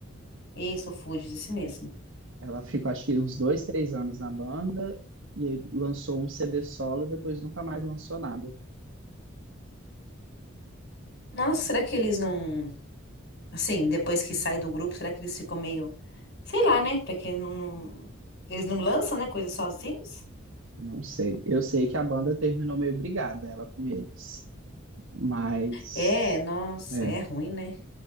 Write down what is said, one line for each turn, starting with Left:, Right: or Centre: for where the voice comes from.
Left: Isso, o Fuji, disse mesmo.
Right: Ela ficou, acho que, uns dois, três anos na banda. E aí lançou um CD solo depois nunca mais lançou nada.
Left: Nossa, será que eles não. Assim, depois que sai do grupo, será que eles ficam meio. Sei lá, né? Porque não, não- eles não lançam, né? Coisa sozinhos?
Right: Não sei. Eu sei que a banda terminou meio brigada, ela com eles. Mas.
Left: É, nossa,
Right: É,
Left: é ruim, né?